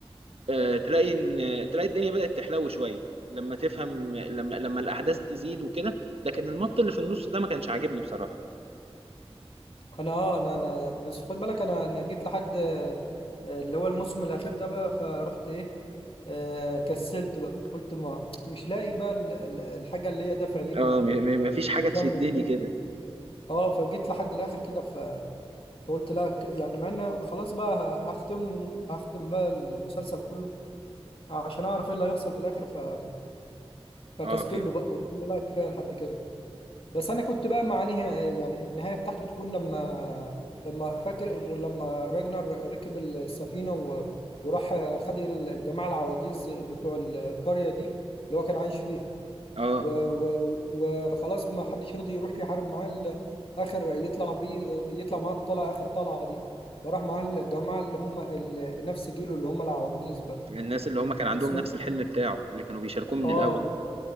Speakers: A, on the right; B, on the left.
A: آه تلاقي ان تلاقي الدنيا بدأت تحلو شويه لما تفهم لما لما الاحداث تزيد وكده لكن المط اللي في النص ده ما كانش عاجبني بصراحه
B: انا اه انا انا بس خد بالك انا انا جيت لحد آه، آه، اللي هو الموسم الاخير ده بقى فرحت ايه آه كسلت بقى قلت ما مش لاقي بقى ال- ال- الحاجه اللي هي دافع ليك
A: اه
B: انك
A: م- م- مفيش حاجه
B: تكمل
A: تشدني كده
B: اه فجيت لحد الاخر كده ف... فقلت لا ك- يعني مع ان خلاص بقى ه- هختم الم- هختم بقى المسلسل كله عشان اعرف ايه اللي هيحصل في الاخر ف... فكست
A: اه فهمت
B: له بقى قلت له لا كفايه لحد كده بس انا كنت بقى مع نهاية يعني النهايه بتاعته تكون لما لما فاكر لما راجنر ركب السفينه و... وراح خد الجماعه العواجيز بتوع ال- القريه دي اللي هو كان عايش فيها
A: اه
B: و- و- وخلاص ما حدش رضي يروح يحارب معاه ال- اخر يطلع بيه يطلع معاه الطلعه اخر طلعه دي فراح معاه الجماعه اللي هم ال- نفس جيله اللي هم العواجيز بقى
A: الناس اللي هم كان
B: بس
A: عندهم
B: هم
A: نفس الحلم بتاعه اللي كانوا بيشاركوه من
B: اه
A: الاول